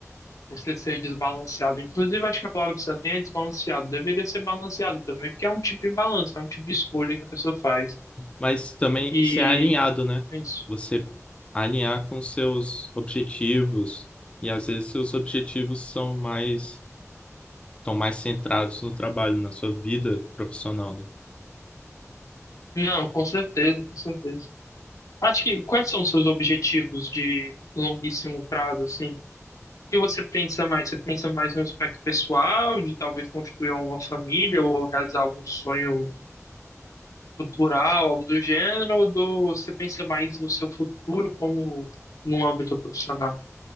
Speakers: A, on the left; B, on the left.
A: você ser desbalanceado. Inclusive, acho que a palavra certa nem é desbalanceado. Deveria ser balanceado também, porque é um tipo de balanço, é um tipo de escolha que a pessoa faz.
B: mas também
A: E
B: ser alinhado, né?
A: é isso.
B: Você alinhar com seus objetivos e às vezes seus objetivos são mais estão mais centrados no trabalho, na sua vida profissional, né?
A: Não, com certeza, com certeza. Acho que quais são os seus objetivos de longuíssimo prazo, assim? O que você pensa mais? Você pensa mais no aspecto pessoal, de talvez construir uma família ou realizar algum sonho cultural, algo do gênero, ou do, você pensa mais no seu futuro como no âmbito profissional?